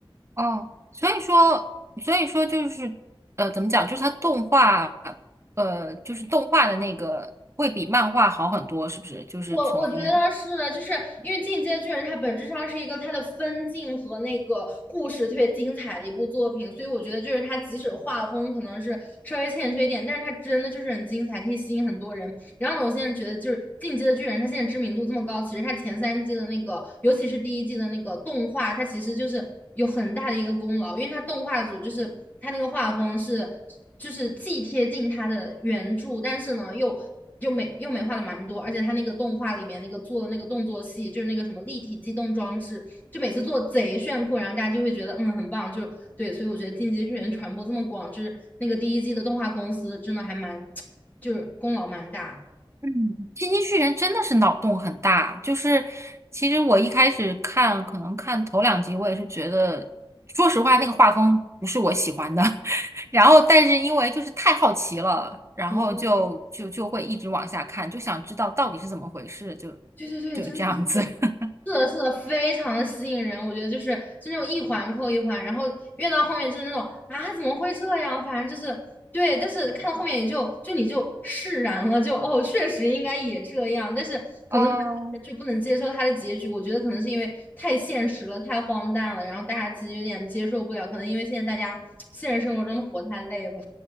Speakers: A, on the right; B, on the left.
A: 哦，所以说，所以说就是，呃，怎么讲？就是他动画，呃，就是动画的那个会比漫画好很多，是不是？就是从
B: 我我觉得是的，就是因为《进阶巨人》它本质上是一个它的分镜和那个故事特别精彩的一部作品，所以我觉得就是它即使画风可能是稍微欠缺一点，但是它真的就是很精彩，可以吸引很多人。然后呢，我现在觉得就是《进击的巨人》，它现在知名度这么高，其实它前三季的那个，尤其是第一季的那个动画，它其实就是有很大的一个功劳，因为它动画组就是它那个画风是就是既贴近它的原著，但是呢又。又美又美化了蛮多，而且他那个动画里面那个做的那个动作戏，就是那个什么立体机动装置，就每次做贼炫酷，然后大家就会觉得嗯很棒，就对，所以我觉得《进击巨人》传播这么广，就是那个第一季的动画公司真的还蛮，就是功劳蛮大。
A: 嗯，进击巨人真的是脑洞很大，就是其实我一开始看，可能看头两集，我也是觉得，说实话，那个画风不是我喜欢的。<laughs> 然后，但是因为就是太好奇了，然后就就就会一直往下看，
B: 对
A: 就想知道到底是怎么回事，就
B: 对对对，
A: 就这样子。
B: 真的真的
A: <laughs>
B: 是的，是的，非常的吸引人。我觉得就是就那种一环扣一环，然后越到后面就是那种啊，怎么会这样？反正就是对，但是看到后面也就就你就释然了，就哦，确实应该也这样。但是可能就不能接受他的结局，
A: 哦，
B: 我觉得可能是因为太现实了，太荒诞了，然后大家其实有点接受不了。可能因为现在大家现实生活中都活太累了。